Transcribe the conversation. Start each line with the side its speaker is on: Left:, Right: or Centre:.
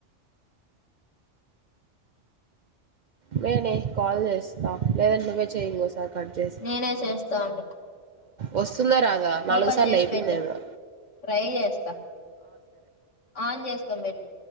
Right: నేనే కాల్ చేస్తా లేదంటె నువ్వే చెయి ఇంగోసారి కట్ చేసి
Left: నేనే చేస్తా ఉండే
Right: వస్తుందా రాదా మళ్లీ
Left: ఓపెన్
Right: ఒక సార్లు
Left: చేసి
Right: అయిపోయిందద
Left: పెట్టు ట్రై చేస్తా ఆన్ చేసుకోని పెట్టు